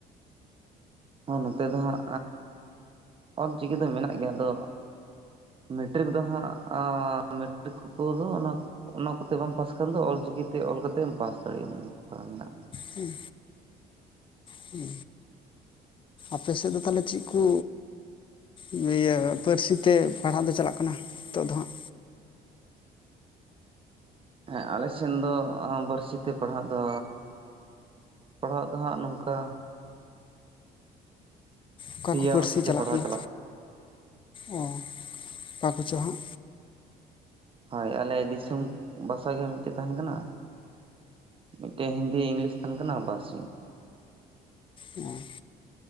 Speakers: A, on the right; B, on the left.
A: ᱦᱮᱸ ᱱᱚᱛᱮ ᱫᱚ ᱦᱟᱸᱜ ᱚᱞᱪᱤᱠᱤ ᱫᱚ ᱢᱮᱱᱟᱜ ᱜᱮᱭᱟ ᱟᱫᱚ ᱢᱮᱴᱨᱤᱠ ᱫᱚ ᱦᱟᱸᱜ ᱢᱮᱴᱨᱤᱠ ᱠᱚᱫᱚ ᱚᱱᱟ ᱚᱱᱟ ᱠᱚᱛᱮ ᱵᱟᱢ ᱯᱟᱥ ᱠᱷᱟᱱ ᱫᱚ ᱚᱞᱪᱤᱠᱤᱛᱮ ᱚᱞ ᱠᱟᱛᱮᱫ ᱮᱢ ᱯᱟᱥ ᱫᱟᱲᱮᱭᱟᱜᱼᱟ᱾
B: ᱦᱩᱸ ᱦᱩᱸ, ᱟᱯᱮ ᱥᱮᱫ ᱫᱚ ᱛᱟᱦᱞᱮ ᱪᱮᱜ ᱠᱩ ᱤᱭᱟᱹ ᱯᱟᱹᱨᱥᱤᱛᱮ ᱯᱟᱲᱦᱟᱜ ᱫᱚ ᱪᱟᱞᱟᱜ ᱠᱟᱱᱟ, ᱱᱤᱛᱚᱜ ᱫᱚ ᱦᱟᱸᱜ᱾
A: ᱦᱮᱸ ᱟᱞᱮ ᱥᱮᱱ ᱫᱚ <unintelligible> ᱛᱮ ᱯᱟᱲᱦᱟᱜ ᱫᱚ ᱯᱟᱲᱦᱟᱜ ᱫᱚ ᱦᱟᱸᱜ ᱱᱚᱝᱠᱟ
B: ᱚᱠᱟ
A: ᱯᱮᱭᱟ
B: ᱠᱚ ᱯᱟᱹᱨᱥᱤ
A: ᱵᱷᱟᱥᱟᱛᱮ
B: ᱪᱟᱞᱟᱜ
A: ᱯᱟᱲᱦᱟᱣ
B: ᱠᱟᱱᱟ? ᱚ ᱚᱠᱟ ᱠᱚᱪᱚ ᱦᱟᱸᱜ
A: ᱦᱳᱭ, ᱟᱞᱮ ᱫᱤᱥᱚᱢ ᱵᱷᱟᱥᱟ ᱜᱮ ᱢᱤᱫᱴᱮᱡ ᱛᱟᱦᱮᱱ ᱠᱟᱱᱟ᱾ ᱢᱤᱫᱴᱮᱱ ᱦᱤᱱᱫᱤ ᱤᱝᱞᱤᱥ ᱛᱟᱦᱮᱱ ᱠᱟᱱᱟ, ᱵᱟᱥ
B: ᱚᱸ